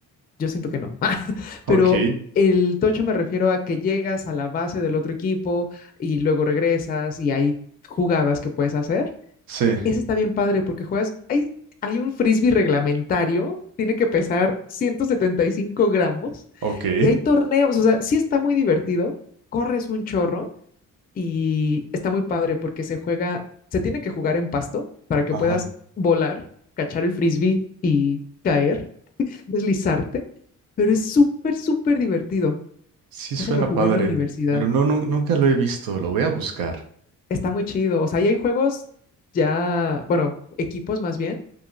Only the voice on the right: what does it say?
ok.
Sí,
ok.
<laughs>
Ajá.
Sí suena
padre,
pero no, nun- nunca lo he visto. Lo voy a buscar.